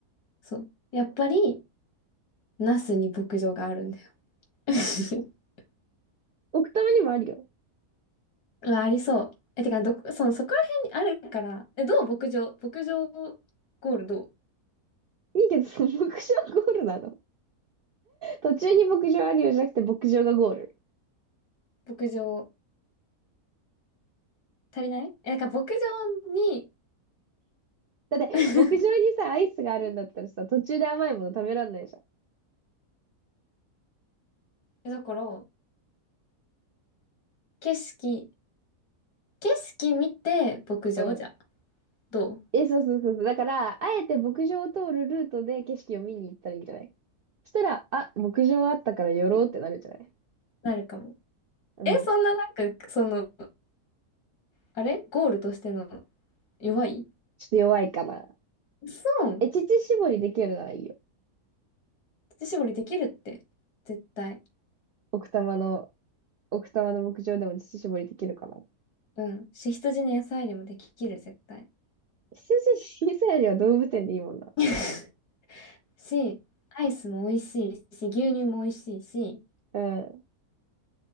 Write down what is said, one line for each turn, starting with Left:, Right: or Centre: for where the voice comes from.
Left: そう。やっぱり、ナスに牧場があるんだよ。<laughs>
Right: 奥多摩にもあるよ。
Left: うわありそう。え、てか、どこ、その、そこら辺にあるから、え、どう牧場牧場ゴールどう
Right: いいけど、その牧場ゴールなの。途中に牧場あるよじゃなくて牧場がゴール。
Left: 牧場足りないえ、なんか牧場に
Right: だって、
Left: <laughs>
Right: 牧場にさ、アイスがあるんだったらさ、途中で甘いもの食べらんないじゃん。
Left: だから、景色、景色見て牧場じゃ、
Right: うん。
Left: どう
Right: え、そうそうそうそう。だから、あえて牧場を通るルートで景色を見に行ったらいいんじゃないそしたら、あ、牧場あったから寄ろうってなるんじゃない
Left: なるかも。
Right: うん。
Left: え、そんななんか、その、あれゴールとしての弱い
Right: ちょっと弱いかな。
Left: そう
Right: え、乳搾りできるならいいよ。
Left: 乳搾りできるって、絶対。
Right: 奥多摩の、奥多摩の牧場でも乳搾りできるかな。
Left: うん。し、羊の野菜でもできる、絶対。
Right: 羊小さいよりは動物園でいいもんな。
Left: <laughs> し、アイスも美味しいし、牛乳も美味しいし、
Right: うん。